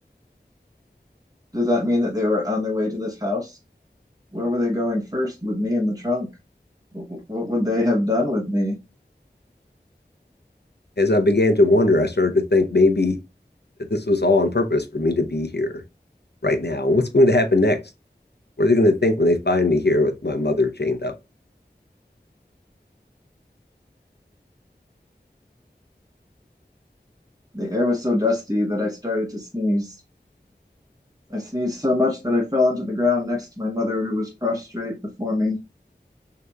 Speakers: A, on the right (about 20°); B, on the left (about 70°).
A: Does that mean that they were on their way to this house? Where were they going first with me in the trunk? What would they have done with me?
B: As I began to wonder, I started to think maybe that this was all on purpose for me to be here right now. What's going to happen next? What are they going to think when they find me here with my mother chained up?
A: The air was so dusty that I started to sneeze. I sneezed so much that I fell onto the ground next to my mother, who was prostrate before me.